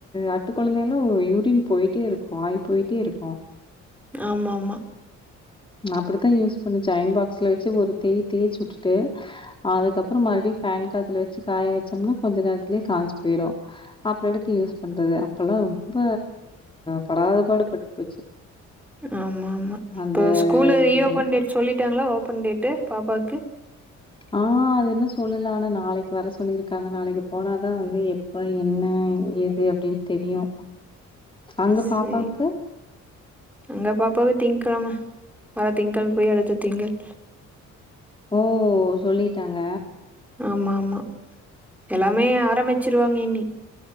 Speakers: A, on the left; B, in the centre.
A: அட் ட்டு கொழந்தைகலா. ஓ யூரின் போயிட்டே இருக் ஆய் போயிட்டே இருக்கோ
B: ஆமாமா
A: அப்டித்தா யூஸ் பண்ணுச்ச அயன் பாக்ஸ்ல வச்சு ஒரு தேய் தேய்ச்சு. வுட்டுட்டு அதுக்கப்புற மறுபடி ஃபேன் காத்துல வச்சு காய வச்சோம்னா கொஞ்ச நேரத்துலயே காஞ்சு போயிரு அப்டி எடுத்து யூஸ் பண்றது அப்போல்லா ரொம்ப படாதபாடு பட் போச்சு
B: ஆம்மா ஆம்மா இப்போ
A: அந்த
B: ஸ்கூல் ரீஓபன்
A: இது.
B: டேட் சொல்லிட்டாங்களா ஓபன் டேட் ட்டு பாப்பாக்கு
A: ஆ அது என்ன சொல்லலா ஆனா நாளைக்கு வர சொல்லியிருக்காங்க நாளைக்கு போனாதா வந்து எப்ப என்ன ஏது அப்டின் தெரியு அங்க
B: சரி.
A: பாப்பாவுக்கு
B: எங்க பாப்பா திங்க்கிழம வர திங்கள் போய் அடுத்த திங்கள்
A: ஓ சொல்லிட்டாங்க
B: ஆம்மா ஆமா எல்லாமே ஆரம்பிச்சிருவாங்க இனி